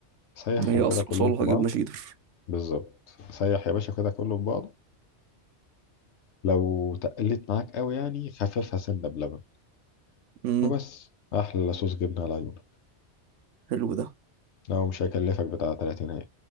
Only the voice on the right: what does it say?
هي اصل
اصولها
جبنة شيدر
امم
حلو ده